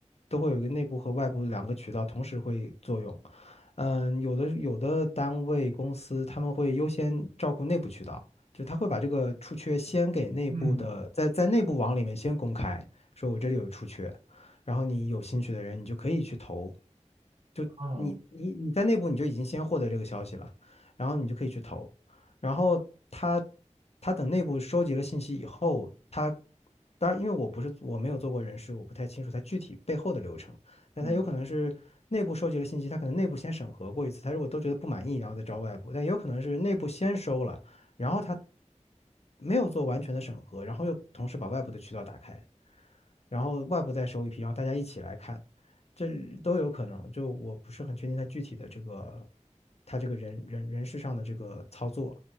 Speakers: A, on the left; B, on the right.
A: 都会有一个内部和外部两个渠道同时会作用。嗯，有的有的单位公司他们会优先照顾内部渠道，就是他会把这个出缺先给内部的，
B: 嗯。
A: 在在内部网里面先公开。说我这里有出缺，然后你有兴趣的人，你就可以去投。就你你你在内部你就已经先获得这个消息了，
B: 哦，
A: 然后你就可以去投，然后他他等内部收集了信息以后，他当然因为我不是我没有做过人事，我不太清楚他具体背后的流程，但他有可能是内部收集了信息，
B: 嗯，
A: 他可能内部先审核过一次，他如果都觉得不满意，然后再招外部，但也有可能是内部先收了，然后他没有做完全的审核，然后又同时把外部的渠道打开。然后外部再收一批，然后大家一起来看，这都有可能。就我不是很确定他具体的这个他这个人人人事上的这个操作，